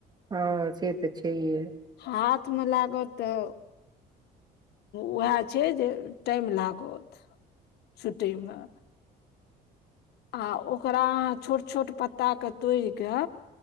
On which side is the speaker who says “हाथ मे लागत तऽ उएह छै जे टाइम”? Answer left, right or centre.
Left